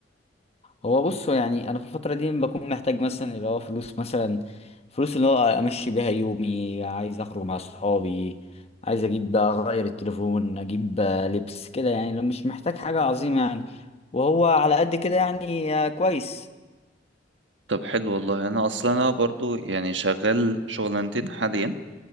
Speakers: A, on the left; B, on the right.
A: هو بص يعني انا في الفترة دي بكون محتاج مثلا اللي هو فلوس مثلا فلوس اللي هو امشي بيها يومي عايز اخرج مع صحابي عايز اجيب بقى اغير التليفون اجيب بقى لبس كده يعني لو مش محتاج حاجة عظيمة يعني وهو على قد كده يعني آه، كويس
B: طب حلو والله انا اصلا انا برضو يعني شغال شغلانتين حاليا